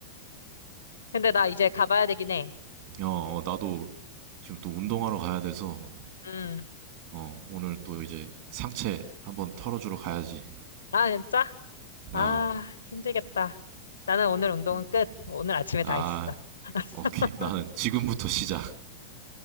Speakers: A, on the left; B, on the right.
A: 근데 나 이제 가봐야 되긴 해.
B: 어, 어, 나도 지금 또 운동하러 가야 돼서,
A: 음.
B: 어, 오늘 또 이제 상체 한번 털어주러 가야지.
A: 아, 진짜?
B: 아,
A: 아, 힘들겠다. 나는 오늘 운동은
B: 한-
A: 끝. 오늘 아침에
B: 아,
A: 다 했어. <laughs>
B: 오케이. 나는 지금부터 시작.